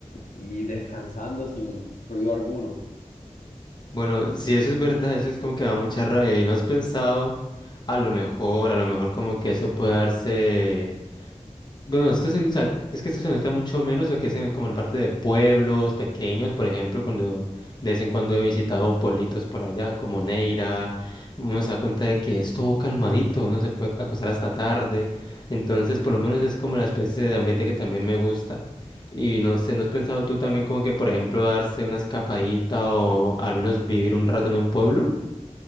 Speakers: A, on the left; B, on the left.
A: y descansando sin ruido alguno.
B: Bueno, si eso es verdad, eso es como que me da mucha rabia. ¿Y no has pensado, a lo mejor, a lo mejor como que eso puede darse... Bueno, esto se- o sea, es que esto se nota mucho menos lo que es en- como en parte de pueblos pequeños, por ejemplo, cuando de vez en cuando he visitado pueblitos por allá, como Neira, uno se da cuenta de que es todo calmadito, uno se puede acostar hasta tarde, entonces por lo menos es como la especie de ambiente que también me gusta. Y no sé, ¿no has pensado tú también como que, por ejemplo, darse una escapadita o al menos vivir un rato en un pueblo?